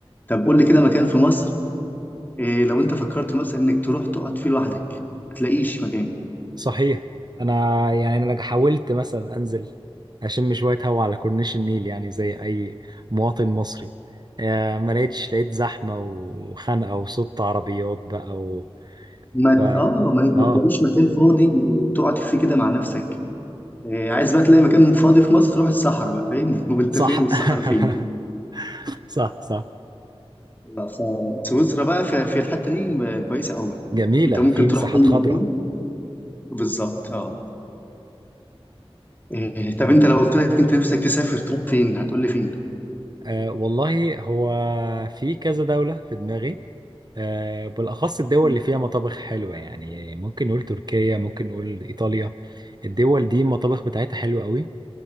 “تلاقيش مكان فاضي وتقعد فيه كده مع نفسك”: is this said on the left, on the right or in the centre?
Left